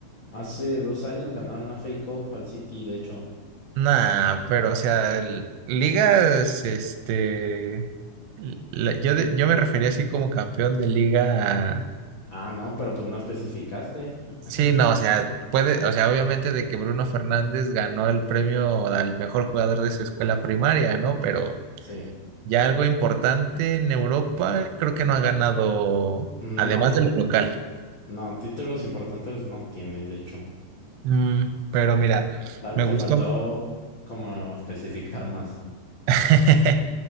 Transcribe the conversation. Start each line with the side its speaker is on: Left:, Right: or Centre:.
Left: hace dos años ganaron una FA Cup al City, de hecho.
Right: Nah, pero o sea, l- ligas, este, l- la- yo, de- yo me refería así como campeón de liga. a-
Left: Ah, no, pero pues no especificaste. <laughs>
Right: Sí, no, o sea, puede, o sea, obviamente de que Bruno Fernández ganó el premio al mejor jugador de su escuela primaria, ¿no? Pero
Left: Sí.
Right: ya algo importante en Europa, creo que no ha ganado,
Left: No,
Right: además de lo local.
Left: no, títulos importantes no tiene, de hecho.
Right: Mm, pero mira,
Left: Tal-
Right: me
Left: te
Right: gustó.
Left: faltó como especificar más.
Right: <laughs>